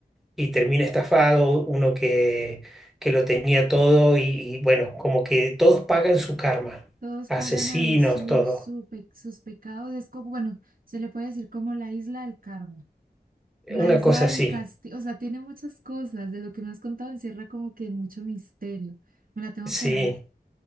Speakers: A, in the centre; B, on the right.
A: y termina estafado, uno que, que lo tenía todo y, y bueno, como que todos pagan su karma,
B: Todos
A: asesinos,
B: pagan ahí sus,
A: todo.
B: su pe- sus pecados. Es como, bueno, se le puede decir como la isla del karma, la
A: Una
B: isla
A: cosa
B: del
A: así,
B: castigo. O sea, tiene muchas cosas. De lo que me has contado encierra como que mucho misterio. Me la tengo
A: sí.
B: que ver.